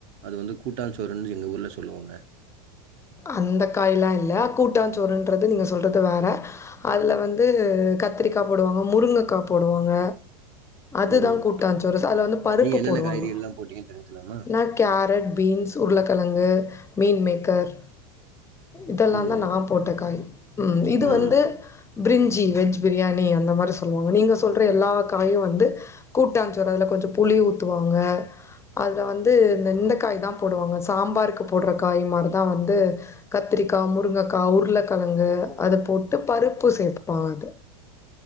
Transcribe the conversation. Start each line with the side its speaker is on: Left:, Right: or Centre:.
Right: அது வந்து கூட்டான் சோறுன்னு எங்க ஊர்ல சொல்லுவாங்க
Left: அந்த காயல்லா இல்ல கூட்டாஞ்சோறுன்றது நீங்க சொல்றது வேற அதில வந்து கத்திரிக்கா போடுவாங்க முருங்கக்கா போடுவாங்க அதுதா
Right: ம்.
Left: கூட்டாஞ்சோறு அதுல வந்து பருப்பு
Right: நீங்க என்னென்ன
Left: போடுவாங்க
Right: காய்கறிகள்லாம் போட்டீங்கன்னு தெரிஞ்சுக்கலாமா?
Left: நா கேரட் பீன்ஸ் உருளக்கெழங்கு மீன் மேக்கர் இதெல்லா
Right: ம்.
Left: தா நா போட்ட காய் உம் இது
Right: ம்.
Left: வந்து பிரிஞ்சி வெஜ் பிரியாணி அந்த மாதிரி சொல்லுவாங்க நீங்க சொல்ற எல்லா காய வந் கூட்டாஞ்சோறு அதுல கொஞ்ச புளி ஊத்துவாங்க அதுல வந்து இந்த இந்த காய் தா போடுவாங்க சாம்பாருக்கு போடுற காய் மாரி தா வந்து இது கத்திரிக்கா முருங்கக்கா உருளக்கெழங்கு அத போட்டு பருப்பு சேர்ப்பாங்க அது